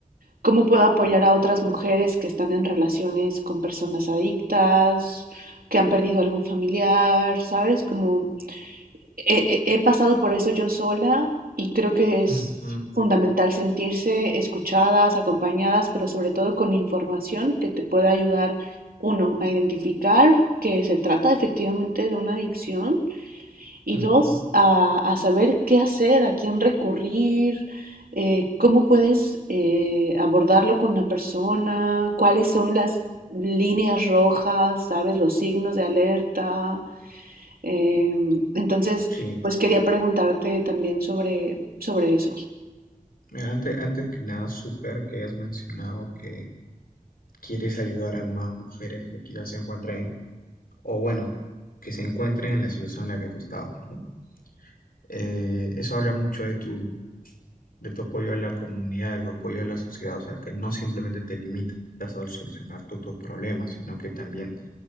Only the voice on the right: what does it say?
cómo puedo apoyar a otras mujeres que están en relaciones con personas adictas, que han perdido algún familiar, ¿sabes? Como he, he- he pasado por eso yo sola y creo que es
fundamental sentirse escuchadas, acompañadas, pero sobre todo con información que te pueda ayudar, uno, a identificar que se trata efectivamente de una adicción y
dos, a, a saber qué hacer, a quién recurrir. eh, cómo puedes eh, abordarlo con la persona, cuáles son las líneas rojas, sabes, los signos de alerta. Em, entonces,
pues quería preguntarte también sobre, sobre eso.